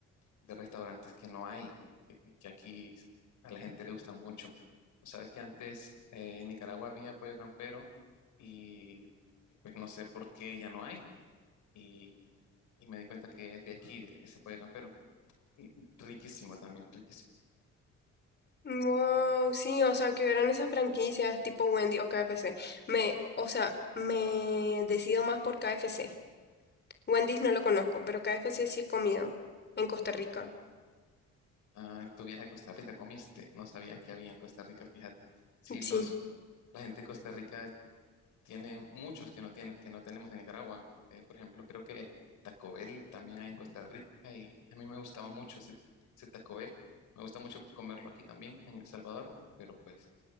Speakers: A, on the left (about 75°); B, on the left (about 35°).
A: de restaurantes que no hay, que, que aquí a la gente le gustan mucho. O sabes que antes eh, en Nicaragua había pollo campero y, y pues no sé por qué ya no hay. Y, y me di cuenta que es de aquí, de ese pollo campero. Y Riquísimo también, riquísimo.
B: Wow, sí, o sea, que hubieran esas franquicias tipo Wendy o KFC. Me, o sea, me decido más por KFC. Wendy's no lo conozco, pero KFC sí he comido en Costa Rica.
A: Ah, en tu viaje a Costa Rica comiste, no sabía que había en Costa Rica, fíjate. Sí,
B: Sí,
A: los, la gente de Costa Rica tiene muchos que no tienen que no tenemos en Nicaragua. Eh, por ejemplo, creo que Taco Bell también hay en Costa Rica y a mí me gustaba mucho ese, ese Taco Bell. Me gusta mucho comerlo aquí también, en El Salvador, pero pues,